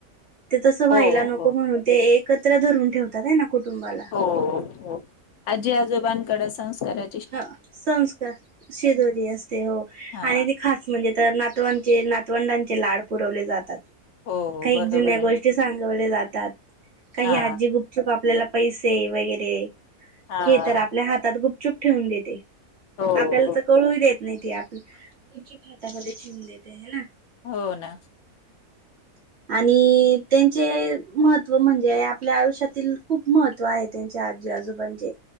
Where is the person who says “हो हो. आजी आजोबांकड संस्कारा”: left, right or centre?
Left